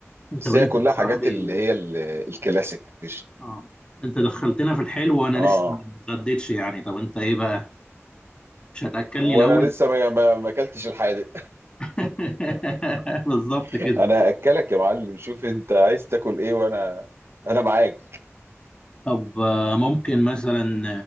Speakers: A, on the left; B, on the right.
A: انت
B: بس
A: وانت
B: هي كلها
A: يا صاحبي
B: حاجات اللي هي ال- الكلاسيك مش
A: اه انت دخلتنا في الحلو وانا
B: اه
A: لسه ما اتغديتش يعني طب انت ايه بقى مش هتاكلني
B: وانا
A: الاول
B: لسه ما ما ما اكلتش الحادق
A: <laughs> بالظبط
B: <laughs>
A: كده
B: انا هاكلك يا معلم شوف انت عايز تاكل ايه وانا انا معاك
A: طب آه، ممكن مثلا